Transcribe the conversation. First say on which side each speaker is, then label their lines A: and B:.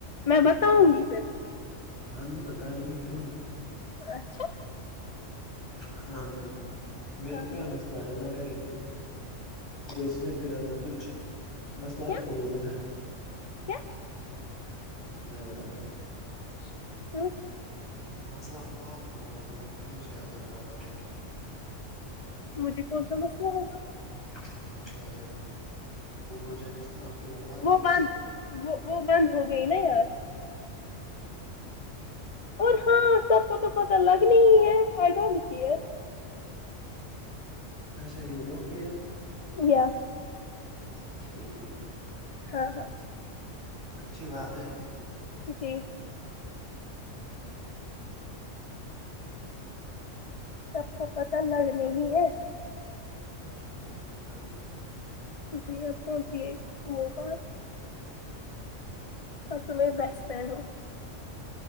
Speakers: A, on the left; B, on the left.
A: میں بتاؤں گی پھر
B: ہاں جی بتایا یہ کیوں نہیں
A: اچھا
B: ہاں جی میرے
A: ہاں
B: کو کیا
A: ہاں
B: مسلہ نہ بیرے کوئی سنے گا نا کچھ مسئلہ
A: کیا
B: آپ کوئی ہوگا
A: کیا
B: میں بتا رہا ہوں
A: <inaudible>
B: مسئلہ آپ کو ہوگا نہ کہ مجھے آگرہ بتاؤں
A: مجھے کون سا مسئلہ ہوگا
B: اچ کیکہ وہ پروجیکٹس نا آپ کے گھر والے ہی
A: وہ
B: یوز
A: بند
B: کرتے ہیں
A: وہ وہ بند ہو گئی نا یار اور ہاں سب کو تو پتا لگنی ہی ہے آئی ڈونٹ کیئر
B: اچھا یو ڈونٹ کیئر
A: یا
B: س ٹھیک ٹھیک
A: ہاں ہاں
B: اچھی بات ہے
A: جی سب کو پتا لگنے ہی ہے
B: ہاں جی ہاں جی
A: جی آپ کون سی ہے وہ بات ہے اور ت میرری بیسٹ فرینڈ ہو